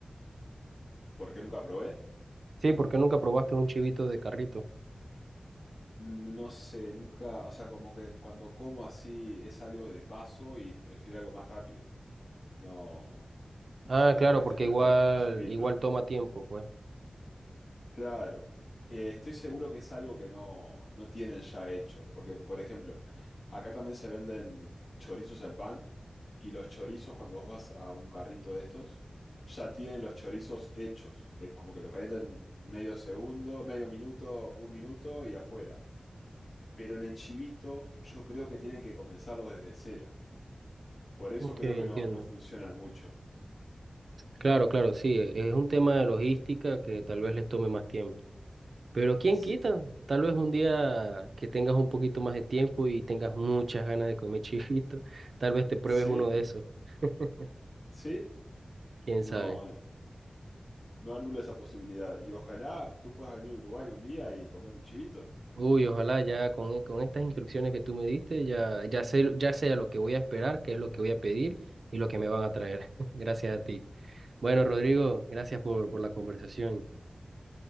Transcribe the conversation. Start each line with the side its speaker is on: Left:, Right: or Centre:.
Left: ¿Por qué nunca probé?
Right: Sí, porque nunca probaste un chivito de carrito.
Left: Mm, No sé, nunca, o sea, como que cuando como así es algo de paso y prefiero algo más rápido. No,
Right: Ah,
Left: no
Right: claro,
Left: que me estén
Right: porque
Left: preparando
Right: igual,
Left: un chivito.
Right: igual toma tiempo, pues.
Left: Claro, Eh, estoy seguro que es algo que no, no tienen ya hecho, porque por ejemplo, acá también se venden chorizos al pan y los chorizos cuando vos vas a un carrito de estos, ya tienen los chorizos hechos, es como que lo calientan medio segundo, medio minuto, un minuto y afuera. Pero en el chivito yo creo que tienen que comenzarlo desde cero, por eso
Right: Ok,
Left: creo
Right: entiendo.
Left: que no, no funcionan mucho.
Right: Claro, claro, sí, e, es un tema de logística que tal vez les tome más tiempo. Pero quién
Left: Sí,
Right: quita, tal vez un día que tengas un poquito más de tiempo y tengas muchas ganas de comer <laughs> chivito, tal vez te pruebes
Left: sí,
Right: uno de esos, <laughs>
Left: sí,
Right: quién
Left: no.
Right: sabe.
Left: No anulo esa posibilidad. Y ojalá tú puedas venir a Uruguay un día y comer un chivito.
Right: Uy, ojalá ya con, e- con estas instrucciones que tú me diste, ya, ya sé, ya sé a lo que voy a esperar, qué es lo que voy a pedir y lo que me van a traer. <laughs> Gracias a ti. Bueno, Rodrigo, gracias por, por la conversación.